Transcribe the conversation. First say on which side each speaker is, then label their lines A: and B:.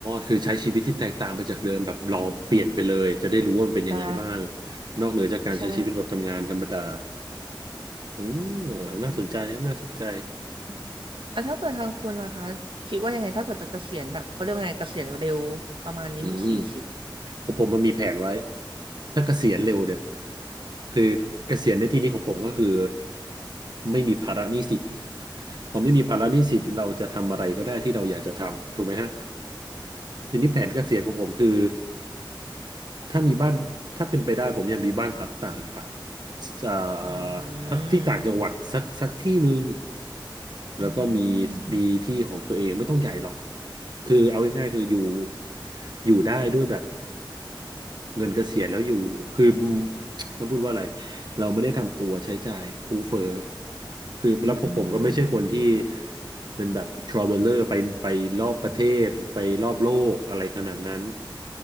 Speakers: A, on the right; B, on the right.
A: คือใช้ชีวิตที่แตกต่างไปจากเดิมแบบลองเปลี่ยนไปเลยจะได้รู้ว่ามันเป็นยังไงบ้าง
B: ใช่
A: นอกเหนือจากการใช้ชีวิตแบบทำงานธรรมดา
B: ใช่
A: อืม
B: อืม
A: น่าสนใจครับน่าสนใจ
B: ใช่แล้วถ้าเปิดทางคุณล่ะคะคิดว่ายังไงถ้าเปิดจะเกษียณแบบเขาเรียกว่าไงเกษียณเร็วประมาณอายุสี่สิบ
A: อืมผมผมมันมีแผนไว้ถ้าเกษียณเร็วเนี่ยคือเกษียณในที่นี้ของผมก็คือไม่มีภาระหนี้สินพอไม่มีภาระหนี้สินเราจะทำอะไรก็ได้ที่เราอยากจะทำถูกไหมฮะทีนี้แผนเกษียณของผมคือ ถ้ามีบ้านถ้าเป็นไปได้ผมอยากมีบ้านพักตากอากาศอ่า
B: อืม
A: ทักที่ต่างจังหวัดสักสักที่หนึ่งแล้วก็มี
B: อืม
A: มีที่ของตัวเองไม่ต้องใหญ่หรอกคือเอาง่ายๆคืออยู่อยู่ได้ด้วยแบบเงินเกษียณแล้วอยู่คืออืมเราพูดว่าอะไรเราไม่ได้ทำตัวใช้จ่ายฟุ่มเฟือยคือแล้วพวกผมก็ไม่ใช่คนที่
B: อืม
A: เป็นแบบทราเวลเลอร์ไปไปรอบประเทศไปรอบโลกอะไรขนาดนั้น